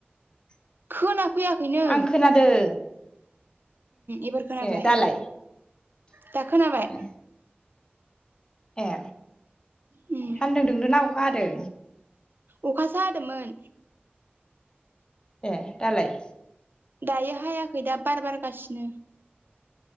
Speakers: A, on the left; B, on the right.
A: <inaudible>
B: खोनाफैयाखैनो
A: आं खोनादों
B: एबार खोनाबाय
A: ए दालाय
B: दा खोनाबाय
A: ए ए
B: उम
A: सान्दुं दुंदों ना अखा हादों
B: अखासो हादोंमोन
A: ए दालाय
B: दायो हायाखै दा बार बारगासिनो